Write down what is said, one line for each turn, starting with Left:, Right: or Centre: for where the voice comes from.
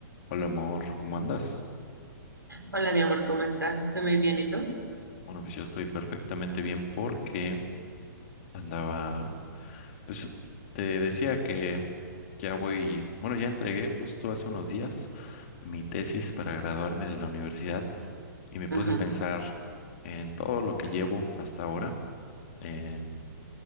Left: Hola amor, ¿cómo andas?
Right: Hola, mi amor, ¿cómo estás? Estoy muy bien, ¿y tú?
Left: Bueno, pues yo estoy perfectamente bien porque andaba, pues te decía que ya voy, bueno, ya entregué justo hace unos días mi tesis para graduarme de la universidad y me puse
Right: Ujú.
Left: a pensar en todo lo que llevo hasta ahora, en,